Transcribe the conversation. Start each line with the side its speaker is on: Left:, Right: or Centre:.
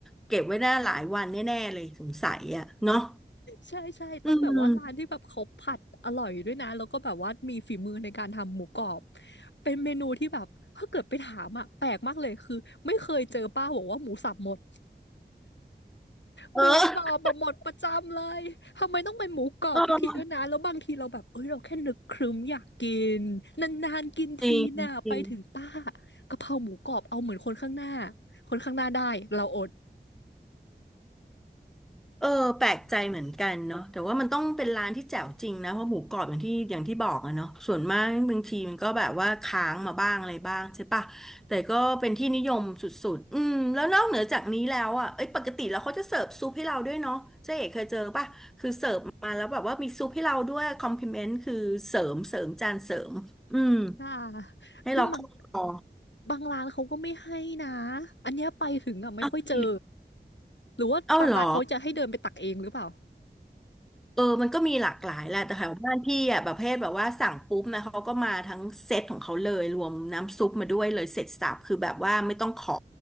Centre: เก็บไว้ได้หลายวันแน่ๆเลยสงสัยอ่ะเนาะ
Left: ใช่ใช่ต้องแบบว่าร้านที่แบบเขาผัดอร่อยด้วยนะแล้วก็แบบว่ามีฝีมือในการทำหมูกรอบ
Centre: อืม
Left: เป็นเมนูที่แบบถ้าเกิดไปถามอ่ะแปลกมากเลยคือไม่เคยเจอป้าบอกว่าหมูสับหมด
Centre: เออ
Left: หมูกรอบแบบหมดประจำเลย ทำไมต้องเป็นหมูกรอบทุกทีด้วยนะ
Centre: เออ
Left: แล้วบางทีเราแบบเอ้ย เราแค่นึกครึ้มอยากกินนานๆกินทีน่ะไปถึงป้า
Centre: จริงจริง
Left: กะเพราหมูกรอบเอาเหมือนคนข้างหน้าคนข้างหน้าได้เราอด
Centre: เออแปลกใจเหมือนกันเนาะแต่ว่ามันต้องเป็นร้านที่แจ๋วจริงนะเพราะหมูกรอบอย่างที่อย่างที่บอกอะเนาะส่วนมากบางทีมันก็แบบว่าค้างมาบ้างอะไรบ้างใช่ปะแต่ก็เป็นที่นิยมสุดๆอืมแล้วนอกเหนือจากนี้แล้วอะเอ้ยปกติแล้วเขาจะเสิร์ฟซุปให้เราด้วยเนาะเจ๊เอกเคยเจอปะคือเสิร์ฟมาแล้วแบบว่ามีซุปให้เราด้วยคอมพลเมนต์คือเสริมเสริมจานเสริมอืม
Left: ค่ะ
Centre: ให้เราเข้าคอ
Left: ซึ่งบางบางร้านเขาก็ไม่ให้นะอันเนี้ยไปถึงอ่ะไม่ค่อยเจอ
Centre: อ้าวจริง
Left: หรือว่าบางร้านเขาจะให้เดินไปตักเองหรือเปล่า
Centre: เอาเหรอ เออมันก็มีหลากหลายแหละแต่แถวบ้านพี่อ่ะแบบประเภทแบบว่าสั่งปุ๊บนะเขาก็มาทั้งเซตของเขาเลยรวมน้ำซุปมาด้วยเลยเสร็จสรรพคือแบบว่าไม่ต้องขอ